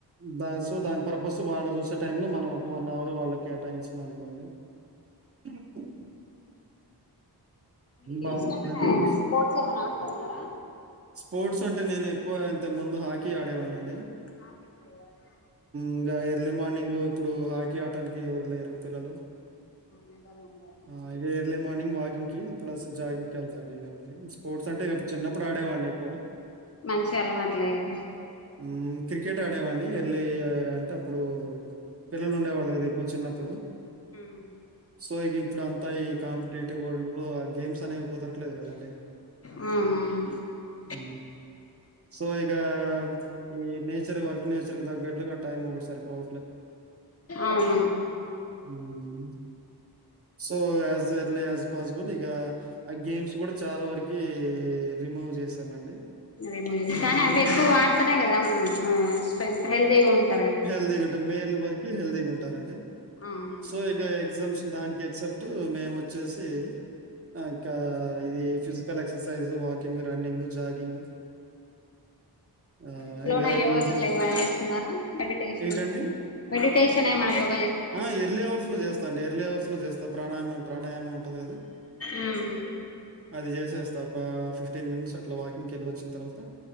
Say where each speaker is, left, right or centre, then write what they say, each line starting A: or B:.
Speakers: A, on the right (about 35°); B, on the left (about 35°).
A: దా సో దాని పర్పస్ వాళ్ళు చూసే టైమ్ లో మనం ఒక వన్ అవర్ వాళ్ళకి కేటాయించిన అనుకోండి అ
B: మీరు
A: బావుంటదని
B: ఇష్టమనా
A: జెప్పేసి
B: స్పోర్ట్స్ ఏమనా ఆడుతున్నారా
A: స్పోర్ట్స్ అంటే నేను ఎక్కువ ఇంతకు ముందు హాకీ ఆడేవాడినీ అండి
B: హాకీ ప్లేయర్ హ
A: ఇంకా ఎర్లీ మార్నింగ్ ఇప్పుడు హాకీ ఆడటానికి ఎవరు లేరు పిల్లలు
B: అందరూ ఉండారు
A: ఆ ఇగా ఎర్లీ మార్నింగ్ వాకింగ్ కి ప్లస్ జాగింగ్ కి వెళ్తాండి ఇంత స్పోర్ట్స్ అంటే ఇడు చిన్నప్పుడు ఆడేవాడిని ఎక్కువ.
B: మంచి అలవాట్లే కదా
A: హ్మ్. క్రికెట్ ఆడేవాణ్ణి ఎర్లీ అంటే అప్పుడు పిల్లలు ఉండేవాళ్ళు కదా ఎక్కువ చిన్నప్పుడు
B: ఉ
A: సో ఇక ఇప్పుడు అంతా ఈ కాంపిటేటివ్ వరల్డ్ లో ఆ గేమ్స్ అనేవి కుదరట్లేదు కదండి
B: అవునవును
A: ఊ సో ఈగ ఈ నేచర్ వర్క్ నేచర్ దగ్గట్లుగా టైమ్ ఒకటి సరిపోవ
B: అవును
A: ఊ so as early as possible ఇగా ఆ గేమ్స్ కూడా చాలా వరకి రిమూవ్ చేసామండి
B: రిమూవ్ అదే కానీ అవి ఎక్కువ ఆడితేనే కదా స్పె హెల్దీగా ఉంట
A: హేల్ది ఉంటుంది మేల్ వరకి హేల్ది గా ఉంటు ఉంటారండి
B: అవును
A: సో ఇక ఎగ్జామ్స్ దానికి ఎక్సెప్ట్ మేము వచ్చేసి ఆ ఇకా ఇది physical exercise walking running jogging ఆహ్,
B: ఇంట్లోన
A: ఇక
B: యోగ
A: ఇవి
B: గిట్ల
A: జే
B: ఏమన్నా చెస్తున్నారా మెడిటేషన్
A: ఏంటండి?
B: మెడిటేషన్ ఏమన్నా యోగ
A: ఆ ఎర్లీ అవర్స్ లో చేస్తా అండి ఎర్లీ అవర్స్ లో చేస్తా ప్రాయామ ప్రాణాయామం ఉంటంది కదా
B: ఊ
A: అది చేసేస్తా ఒక ఫిఫ్టీన్ మినిట్స్ అట్లా వాకింగ్కి వెళ్ళి వచ్చిన తర్వాత